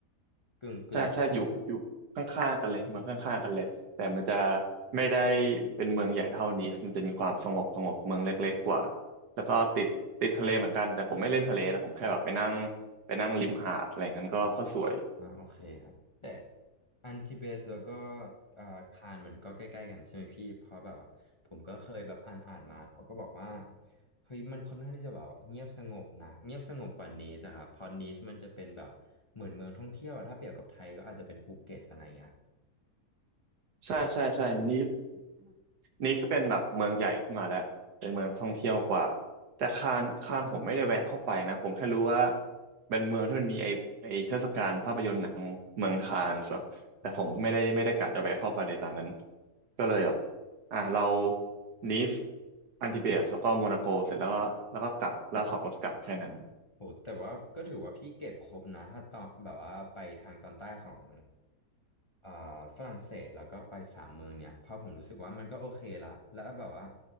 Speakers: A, on the left (about 25°); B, on the right (about 80°).
A: กึ่งกึ่ง
B: ใช่ใช่อยู่อยู่ข้างๆกันเลยเมืองข้างๆกันเลยแต่มันจะไม่ได้เป็นเมืองใหญ่เท่านี้มันจะมีความสงบสงบเมืองเล็กๆกว่าแล้วก็ติดติดทะเลเหมือนกันแต่ผมไม่เล่นทะเลแต่ผมแค่แบบไปนั่งไปนั่งริมหาดอะไรอย่างนั้นก็ก็สวย
A: อ่าโอเคครับแต่อันทิเบสแล้วก็เอ่อคานมันก็ใกล้ๆกันใช่ไหมพี่เพราะแบบว่าผมก็เคยแบบอ่านอ่านมาเขาก็บอกว่าเฮ้ยมันค่อนข้างที่จะแบบเงียบสงบนะเงียบสงบกว่านีสอะครับเพราะนีสมันจะเป็นแบบเหมือนเมืองท่องเที่ยวอะถ้าเปรียบกับไทยก็อาจจะเป็นภูเก็ตอะไรเงี้ย
B: ใช่ใช่ใช่นี้ <coughs> นี้จะเป็นแบบเมืองใหญ่ขึ้นมาแล้วเป็นเมืองท่องเที่ยวกว่าแต่คานคานผมไม่ได้แวะเข้าไปนะผมแค่รู้ว่าเป็นเมืองที่มันมีไอไอเทศกาลภาพยนตร์หนังเมืองคานส์อะแต่ผมไม่ได้ไม่ได้กะจะแวะเข้าไปในตอนนั้น
A: ใช่
B: ก็เลยแบบอ่ะเรานีสอันติเบตแล้วก็โมนาโกเสร็จแล้วก็แล้วก็กลับแล้วขับรถกลับแค่นั้น
A: โหแต่ว่าก็ถือว่าพี่เก็บครบนะถ้าตอนแบบว่าไปทางตอนใต้ของอ่าฝรั่งเศสแล้วก็ไปสามเมืองเนี่ยเพราะผมรู้สึกว่ามันก็โอเคละแล้วแบบว่า